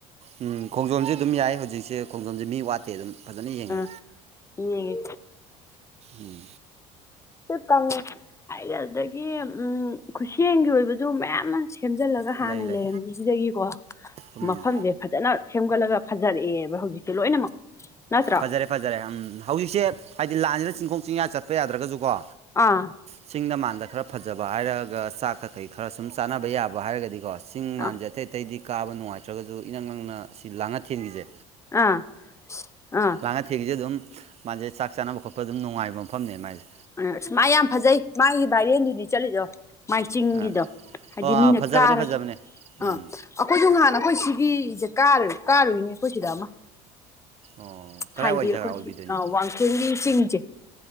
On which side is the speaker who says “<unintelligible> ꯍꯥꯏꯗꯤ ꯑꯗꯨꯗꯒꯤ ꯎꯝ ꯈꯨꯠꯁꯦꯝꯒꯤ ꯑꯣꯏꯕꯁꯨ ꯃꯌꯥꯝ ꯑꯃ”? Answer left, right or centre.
Left